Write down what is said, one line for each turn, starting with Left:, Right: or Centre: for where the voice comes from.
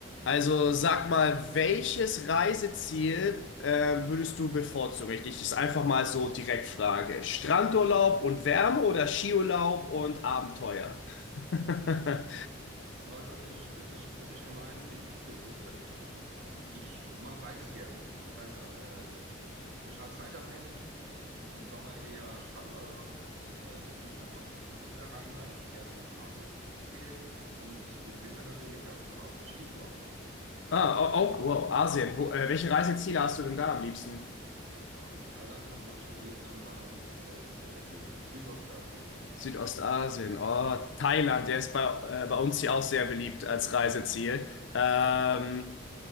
Left: Also sag mal, welches Reiseziel äh, würdest du bevorzugen? Ich dich das einfach mal so direkt frage. Strandurlaub und Wärme oder Skiurlaub und Abenteuer? <laughs>
Right: Ah, das ist, das ist, das ist gemein. Ich, be- äh, ich mache beides gern. Das heißt, äh, es es ist halt zeitabhängig. Im Sommer eher Strandurlaub. Äh, ich ziehe es dann auch in den Winter rein, weil ich gerne nach Asien gehe. Und im Winter natürlich auch zu Hause Skiurlaub.
Left: Ah, oh, oh, wow, Asien. Wo, äh, welche Reiseziele hast du denn da am liebsten?
Right: Da habe ich Thailand, Kambodscha, Vietnam, Laos, so diese Region, Südostasien.
Left: Südostasien. Oh, Thailand, der ist bei, äh, bei uns hier auch sehr beliebt als Reiseziel. Ähm,
Right: Ja,